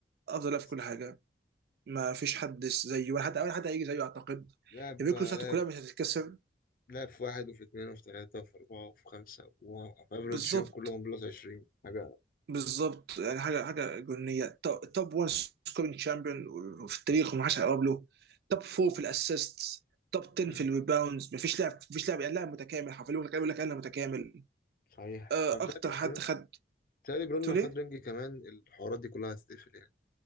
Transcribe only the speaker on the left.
بالظبط.
لعب
لعب
لعب في واحد وفي اثنين وفي ثلاثة وفي أربعة وفي خمسة وأفريج
فيهم كلهم بلس 20 حاجة
مم.
صحيح
أنا بتهيألي
برون
بتهيألي برون
لو
خد رينج كمان الحوارات دي كلها هتتقفل يعني